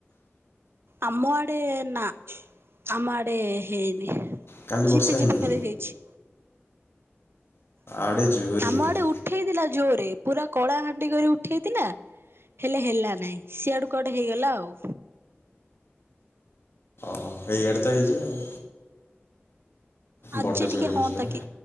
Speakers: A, on the right; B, on the left.
A: ଆମ ଆଡେ ନା ଆମ ଆଡେ ହେଇନି।
B: କାଲି
A: ଝିପି
B: ବର୍ଷା ହେଇନି
A: ଝିପି ଖାଲି ହେଇଛି।
B: ଆଡ଼େ ଜୋରେ
A: ଆମ
B: ହେଇଥିଲା।
A: ଆଡେ ଉଠେଇଥିଲା ଜୋରେ ପୁରା କଳା ହାଣ୍ଡି କରି ଉଠେଇଥିଲା ହେଲେ ହେଲା ନାଇଁ ସିଆଡୁ କୁଆଡେ ହେଇଗଲା ଆଉ।
B: ହଁ ଏଇଆଡେ ତ ହେଇଛି ଆଉ।
A: ଆଜି
B: ବଡ଼
A: ଟିକେ
B: ଜୋରେ
A: ହଁ
B: ହେଇଛି ବା
A: ତାକି